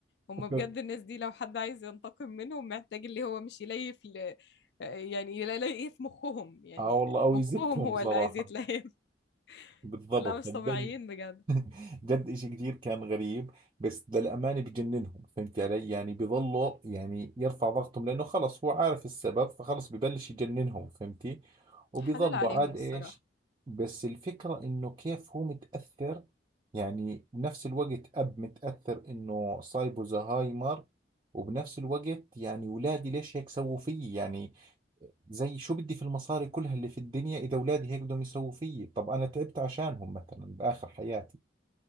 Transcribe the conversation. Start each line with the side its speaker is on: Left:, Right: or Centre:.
Left: هم
Right: <laughs>
Left: بجد الناس دي لو حد عايز ينتقم منهم محتاج اللي هو مش يليف ل... يعني يليف مخهم يعني
Right: اه والله او
Left: مخهم
Right: يزتهم
Left: هو
Right: بصراحه
Left: اللي عايز يتليف <laughs>
Right: بالضبط
Left: لا مش
Right: بل
Left: طبيعيين بجد
Right: <laughs> جد إشي كتير كان غريب بس للأمانة بجننهم فهمت علي يعني بيظلوا يعني يرفع ضغطهم لأنه خلص هو عارف السبب فخلص ببلش يجننهم فهمتي وبيظلوا
Left: حلال عليهم
Right: عاد
Left: الصراحة
Right: إيش بس الفكرة إنه كيف هو متأثر يعني بنفس الوقت أب متأثر إنه صايبه زهايمر وبنفس الوقت يعني ولادي ليش هيك سووا فيي يعني زي شو بدي في المصاري كلها اللي في الدنيا إذا ولادي هيك بدهم يسووا فيي طب أنا تعبت عشانهم مثلا بآخر حياتي